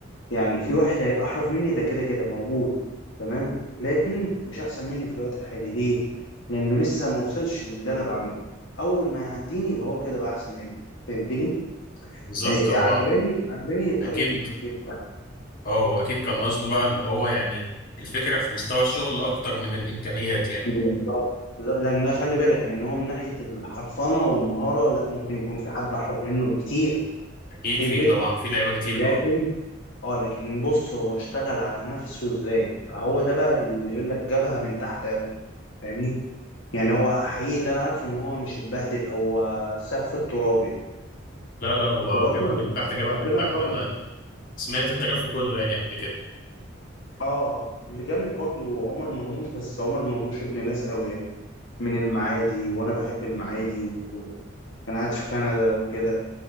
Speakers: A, on the left; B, on the left.
A: يعني في واحد هيبقى احرف مني ده كده كده موجود تمام لكن مش احسن مني في الوقت الحالي ليه لانه لسه ما وصلش للي انا بعمله اول ما يعديني يبقى هو كده بقى احسن مني فهمتني
B: بالظبط
A: إيه،
B: هو
A: عجباني عجباني طريقة
B: أكيد
A: التفكير بتاعته
B: اه هو اكيد كان قصده بقى اللي هو يعني الفكره في مستوى الشغل اكتر من الامكانيات يعني
A: بالظبط لان خلي بالك لان هو من ناحيه الحرفنه والمهاره لا ممكن يكون في حد احرف منه بكتير
B: اكيد
A: كتير
B: في
A: جدا
B: طبعا في لعيبه كتير
A: لكن
B: اه
A: اه لكن بص هو اشتغل على نفسه ازاي هو ده بقى اللي يقول لك جابها من تحت قوي فاهمني يعني هو حقيقي اللي انا عارفه ان هو مش اتبهدل هو سف التراب يعني
B: لا لا هو
A: فبرضه
B: جابها من تحت جابها
A: ربنا
B: من تحت
A: كرمه
B: انا سمعت التاريخ كله يعني قبل كده
A: اه آه، آه. اللي جامد برضه عمر مرموش بس عمر مرموش ابن ناس قوي يعني من المعادي وانا بحب المعادي وكان قاعد في كندا وكده